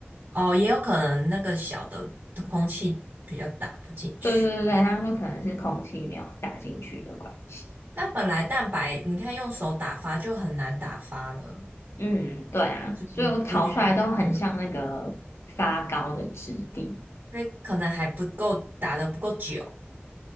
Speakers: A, on the right; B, on the left.
A: 哦，也有可能那个小的空气比较打不进去。
B: 对对对对，他说可能是空气没有打进去的关系。
A: 但本来蛋白，你看用手打发就很难打发了，
B: 嗯，对啊，
A: 就是我觉得可能，
B: 所以我烤出来都很像那个发糕的质地。
A: 因为可能还不够打的不够久，